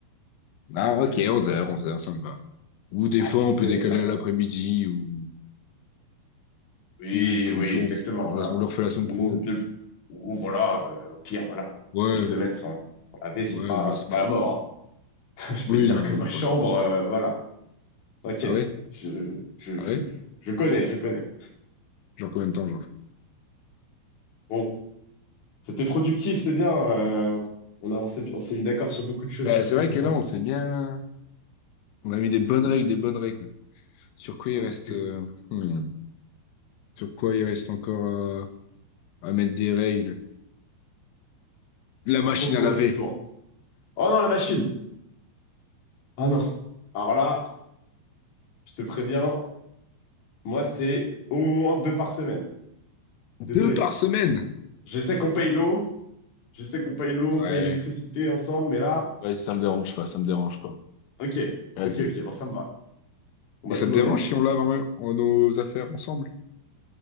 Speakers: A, on the left; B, on the left.
A: Ah
B: Ah
A: ok,
B: oui.
A: 11 heures, 11 heures, ça me va. Ou des
B: Ah,
A: fois,
B: tu
A: on
B: me
A: peut
B: connais.
A: décaler
B: voilà.
A: à l'après-midi, ou,
B: Oui,
A: ou, ou
B: oui,
A: puis
B: exactement,
A: on, genre,
B: voilà.
A: la- on le refait la semaine
B: Ou,
A: pro.
B: de-
A: Puis,
B: ou voilà, euh, au pire, voilà,
A: ouais,
B: une semaine sans, sans laver, c'est
A: ouais,
B: pas,
A: dans la
B: c'est
A: semaine.
B: pas la mort. hein. <laughs> Je peux
A: Oui,
B: te dire
A: non,
B: que ma
A: on y
B: chambre,
A: passe après.
B: euh, voilà, t'inquiète,
A: Ah ouais?
B: je, je,
A: Ah
B: je,
A: ouais?
B: je connais, je connais.
A: Genre combien de temps, genre?
B: Bon, c'était productif, c'est bien. euh, on a, on s'est, on s'est mis d'accord sur beaucoup de choses,
A: Bah,
B: je suis assez
A: c'est vrai
B: content.
A: que là, on s'est bien... On a mis des bonnes règles, des bonnes règles. Sur quoi il
B: Non,
A: reste...
B: mais c'était cool.
A: euh, hmm, Sur quoi il reste encore à à mettre des règles? La machine
B: Ah, je pense qu'on
A: à laver.
B: a fait le tour. Oh non, la machine! Oh non! Alors là, je te préviens, moi, c'est au moins deux par semaine.
A: Deux
B: Désolé.
A: par semaine.
B: Je sais qu'on paye l'eau. Je sais qu'on paye l'eau,
A: Ouais.
B: on paye l'électricité ensemble, mais là,
A: Ouais, ça me dérange pas, ça me dérange pas.
B: ok,
A: Vas-y.
B: ok, ok, bon, ça me va. Bon, bah,
A: Et ça
B: tout
A: te
B: va
A: dérange
B: bien.
A: si on lave en même- en nos affaires ensemble?